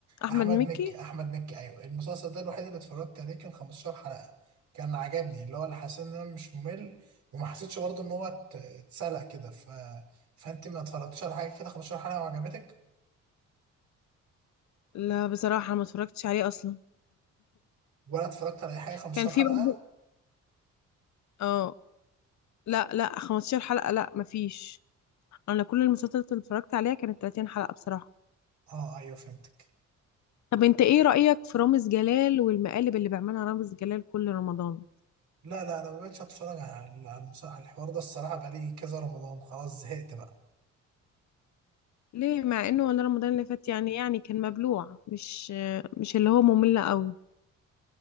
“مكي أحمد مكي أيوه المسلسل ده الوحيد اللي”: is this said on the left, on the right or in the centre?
Right